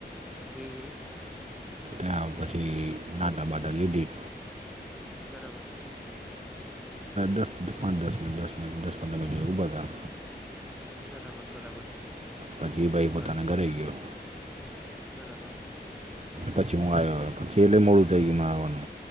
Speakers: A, in the centre; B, on the right.
A: હમ હમ.
B: ત્યાં પછી નાટા બાટા લીધી.
A: બરાબર.
B: દસ પંદચ દસ મન્ટ દસ મન્ટ દસ પંદ મન્ટ બદા.
A: બરાબર બરાબર.
B: પછી ભાઈ પોતાના
A: અ
B: ઘરે ગિયો.
A: બરાબર.
B: પછી હું આવ્યો પછી એટલે મોડું થઈ ગયુંમાં આવવાનું.